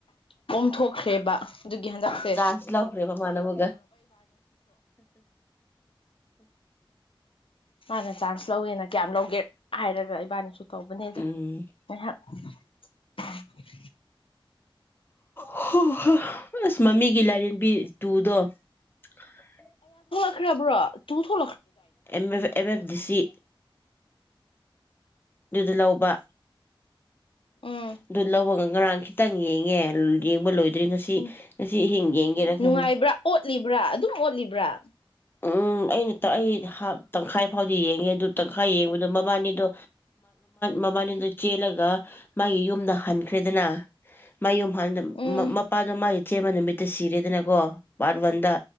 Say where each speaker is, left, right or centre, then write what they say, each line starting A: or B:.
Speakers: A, on the left; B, on the left.
A: ꯑꯣꯝꯊꯣꯛꯈ꯭ꯔꯦꯕ ꯑꯗꯨꯒꯤ ꯍꯟꯗꯛꯁꯦ
B: ꯆꯥꯟꯁ ꯂꯧꯈ꯭ꯔꯦꯕ ꯃꯥꯅ ꯑꯃꯨꯛꯒ
A: ꯝꯅꯥ ꯆꯥꯟꯆ ꯂꯧꯒꯦꯅ ꯀꯌꯥꯝ ꯍꯥꯏꯔ ꯏꯕꯥꯅꯤ ꯁ ꯇꯧꯕꯅꯦ ꯑꯗ
B: ꯎꯝ
A: ꯉꯥꯏꯍꯥꯛ <unintelligible>
B: ꯍ ꯍꯣ ꯑꯁ ꯃꯃꯤ ꯑꯩꯒꯤ ꯂꯥꯏꯔꯦꯝꯕꯤ ꯇꯨꯗꯣ <unintelligible>
A: ꯂ꯭ꯔꯣ ꯇꯨꯡ ꯊ
B: ꯑꯦ ꯑꯦꯝ ꯑꯦꯐ ꯗꯤ ꯁꯤ ꯑꯗꯨꯗ ꯂꯧꯕ
A: ꯎꯝ
B: ꯑꯗꯨ ꯂꯧꯕꯒ ꯉꯔꯥꯡ ꯈꯤꯇꯪ ꯌꯦꯡꯉꯦ ꯡꯕ ꯂꯣꯏ ꯭ ꯉꯁꯤ
A: ꯎꯝ
B: ꯉꯁꯤ ꯑꯍꯤꯡ ꯌꯦꯡꯒꯦꯔꯥ
A: ꯅꯨꯡꯉꯥꯏꯕ꯭ꯔꯥ
B: ꯈꯪꯉꯦ
A: ꯑꯣꯠꯂꯤꯕ꯭ꯔꯥ ꯑꯗꯨꯝ ꯑꯣꯠꯂꯤꯕ꯭ꯔꯥ
B: ꯎꯝ ꯑꯩꯅ ꯑꯩ ꯇꯪꯈꯥꯏ ꯐꯥꯎꯗꯤ ꯌꯦꯡꯉꯦ ꯑꯗꯨ ꯇꯪꯈꯥꯏ ꯌꯦꯡꯕꯗꯣ ꯃꯕꯥꯅꯤꯗꯣ ꯃꯕꯥꯅꯤꯗꯣ ꯆꯦꯜꯂꯒ ꯃꯥꯒꯤ ꯌꯨꯝꯗ ꯍꯟꯈ꯭ꯔꯦꯗꯅ ꯃꯥ ꯌꯨꯝ
A: ꯎꯝ
B: ꯃꯄꯥꯗꯣ ꯃꯥꯏ ꯆꯦꯕ ꯅꯨꯃꯤꯠꯇ ꯁꯤꯔꯦꯗꯅꯀꯣ ꯄꯥꯔꯠ ꯋꯥꯟꯗ